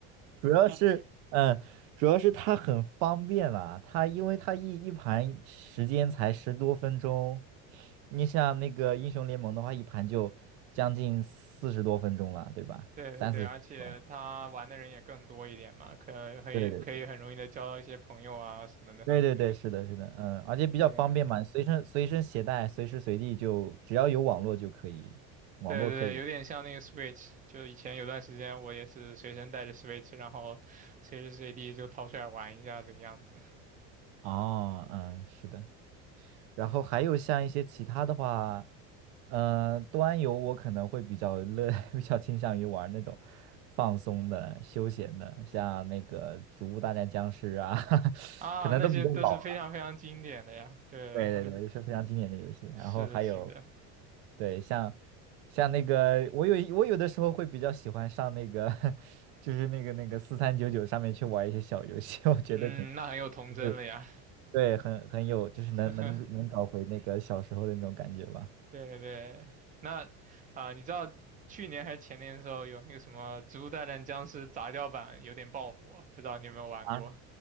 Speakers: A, on the right; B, on the right.
A: 主要是，嗯，主要是它很方便啦。它因为它一一盘时间才十多分钟，你像那个英雄联盟的话，一盘就将近四十多分钟了，对吧？
B: <laughs> 对对对，
A: 三四十分钟。
B: 而且他玩的人也更多一点嘛，可可以可以很容易的交到一些朋友啊什么的，
A: 对对对对对对，是的，是的，嗯，而且比较方便嘛，
B: 对。
A: 随身随身携带，随时随地就只要有网络就可以，网络可以。
B: 对对对，有点像那个 Switch，就以前有段时间我也是随身带着 Switch，然后随时随地就掏出来玩一下这个样子
A: 哦，嗯，是的，然后还有像一些其他的话，嗯、端游我可能会比较乐，<laughs> 比较倾向于玩那种放松的、休闲的，像那个《植物大战僵尸》啊，<laughs>
B: 啊，
A: 可能都比较老了。
B: 那些都是非常非常经典的呀，对，
A: 对对对，
B: 很，
A: 是非常经典的游戏。
B: 是的，
A: 然后还有，
B: 是的，
A: 对，像像那个，我有一我有的时候会比较喜欢上那个，<laughs> 就是那个那个四三九九上面去玩一些小游戏，<laughs> 我觉得挺
B: 嗯，那很有童真了呀，
A: 就是对，很很有，就是能能能找回那个小时候的那种感觉吧。
B: <laughs> 对对，那啊、你知道去年还是前年的时候有那个什么《植物大战僵尸》杂交版有点爆火，不知道你有没有玩过？
A: 啊，